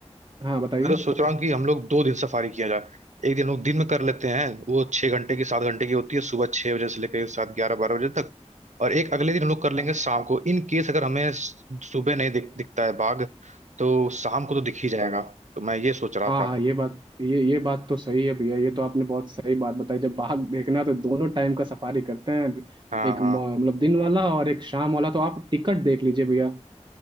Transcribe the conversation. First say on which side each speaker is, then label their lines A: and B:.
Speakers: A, on the right (about 40°); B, on the right (about 80°).
A: हाँ बताइए
B: मैं तो सोच रहा हूँ कि हम लोग दो दिन सफारी किया जाए एक दिन लोग दिन में कर लेते हैं वो छह घंटे की सात घंटे की होती है सुबह छह बजे से लेकर सात ग्यारह बारह बजे तक और एक अगले दिन हम लोग कर लेंगे
A: हाँ
B: शाम को इन केस अगर हमें स- सुबह नहीं दिख, दिखता है बाघ तो शाम को तो दिख ही जाएगा तो मैं ये सोच रहा
A: हाँ
B: था
A: हाँ, ये बात ये ये बात तो सही है भैया ये तो आपने बहुत सही बात बताई जब बाघ देखना है तो दोनों टाइम का सफारी करते हैं
B: हाँ
A: एक
B: हाँ
A: म- मतलब दिन वाला और एक शाम वाला तो आप टिकट देख लीजिए भैया